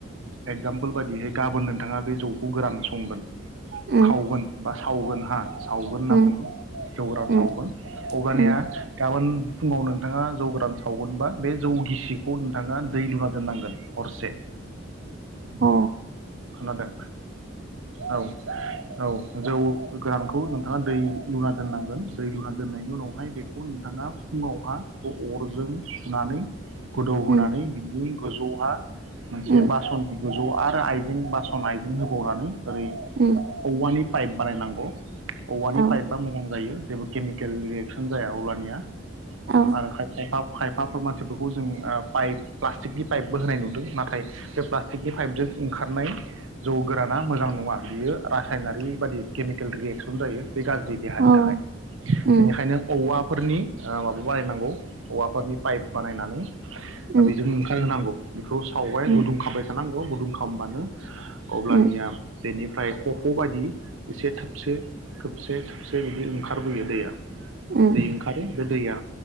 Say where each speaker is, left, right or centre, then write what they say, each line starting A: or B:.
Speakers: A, on the right; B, on the right.
A: एगजामपोल बायदिहै गाबोन नोंथांङा बे जौखौ गोरान संगोन।
B: उम
A: खावगोन बा सावगोन हा सावगोन होनना
B: उम
A: बुंङो जौ गोरान
B: उम
A: सावगोन अब्लानिया
B: उम
A: गाबोन फुंङाव नोंथांङा जौ गोरान सावगोनबा बे जौ गिसिखौ नोंथांङा दै लुना दोननांगोन हरसे।
B: अ
A: खोनादों औ औ जौ गोरानखौ नोंथांङा दै लुना दोननांगोन दै लुना दोननायनि उनावहाय बेखौ नोंथांङा फुंङावहा बेखौ अर जों सुनानै गोदौ होनानै
B: उम
A: बिनि गोजौहा मोनसे
B: उम
A: बासन गोजौ आरो आइजें बासन आइजें होबावनानै ओरै
B: उम
A: औवानि पाइप बानायनांगौ औवानि
B: औ
A: पाइपा मोजां जायो जेबो केमिकेल रियेकसन जाया अल्बानिया।
B: औ
A: आरो खाय फा खायफाफोर मानसिफोरखौ जों ओ पाइप प्लास्टिकनि पाइपबो होनाय नुदों नाथाय बे प्लास्टिकनि पाइपजों ओंखारनाय जौ गोराना मोजां नङा बियो रासायनारि बादि केमिकेल रियेकसन जायो। बे गाज्रि देहानि
B: औ
A: थाखाय
B: उम
A: बेनिखायनो औवा फोरनि ओ माबा बानायनांगौ औवाफोरनि पाइप बानायनानै
B: उम
A: बेजों ओंखारहोनांगौ बेखौ सावबाय
B: उम
A: गुदुं खौ गुदुं खामबानो अब्लानिया
B: उम
A: बेनिफ्राय खफ' बायदि एसे थोबसे थोबसे थोबसे बिदि ओंखारबोयो दैया।
B: उम
A: दै ओंखारो बे दैया